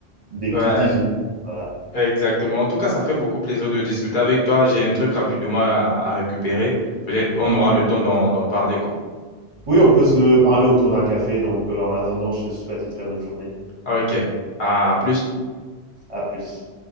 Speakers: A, on the right; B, on the left.
A: des
B: Ouais,
A: petits humains. Voilà.
B: exactement. En tout cas, ça fait beaucoup plaisir de discuter avec toi. J'ai un truc rapidement à, à récupérer. Peut-être on
A: Mhm.
B: aura le temps d'en d'en parler, quoi.
A: Oui, on peut se parler autour d'un café. Donc, euh, en attendant, je te souhaite une très bonne journée.
B: Ok. À plus.
A: À plus.